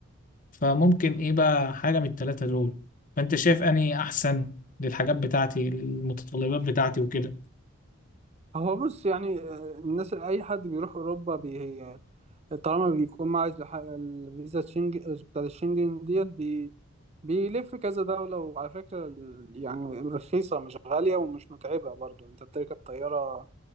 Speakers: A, on the left; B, on the right.
A: فممكن إيه بقى حاجة من التلاتة دول فأنت شايف أني أحسن للحاجات بتاعتي المتطلبات بتاعتي وكده
B: هو بص يعني آه، الناس أي حد بيروح أوروبا بي طالما بيكون معاه الح- الفيزا تشنج بتاعت الشنجن ديت بي... بيلف كذا دولة وعلى فكرة ال- يعني رخيصة مش غالية ومش متعبة برضو يعني انت بتركب طيارة